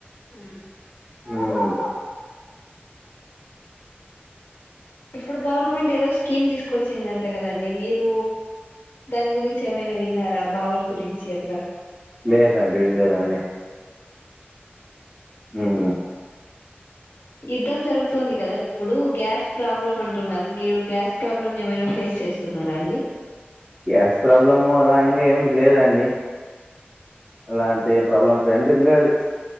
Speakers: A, on the left; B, on the right.
A: మ్మ్
B: హుమ్
A: ఇప్పుడు గవర్నమెంట్ ఏదోస్ కిమ్ తీసుకొచ్చిందంట కదండి. మీరు దాని గురించి ఏమైనా విన్నారా? బావుల గురించి అట్లా?
B: లేదండి విన్లేదండి. ఉమ్
A: యుద్ధం జరుగు. తుంది కదా ఇప్పుడు గ్యాస్ ప్రాబ్లమ్ అంటున్నారు. మీరు గ్యాస్ ప్రాబ్లమ్ ఏమైనా ఫేస్ చేస్తున్నారా అండి.
B: గ్యాస్ ప్రాబ్లము అలా ఇంగా ఏం లేదండి. అలాంటి ఏ ప్రాబ్లమ్ ట్రెండింగు ప్చ్